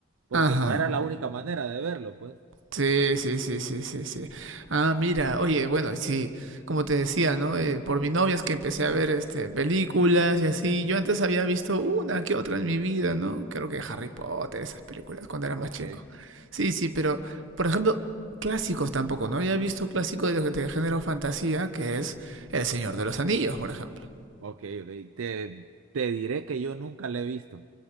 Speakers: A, on the right; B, on the right.
A: Porque
B: Ajá.
A: pues era la única manera de verlo, pues.
B: Sí, sí, sí, sí, sí, sí. Ah, mira, oye, bueno, sí, como te decía, ¿no? Eh, por mi novia es que empecé a ver este películas y así. Yo antes había visto una que otra en mi vida, ¿no? Creo que Harry Potter, esas películas, cuando era
A: Ok,
B: más chico. Sí, sí, pero, por ejemplo, clásicos tampoco, ¿no? Había visto clásico de lo que te género fantasía, que es El Señor de los Anillos, por ejemplo.
A: ok, ok. Te, te diré que yo nunca lo he visto.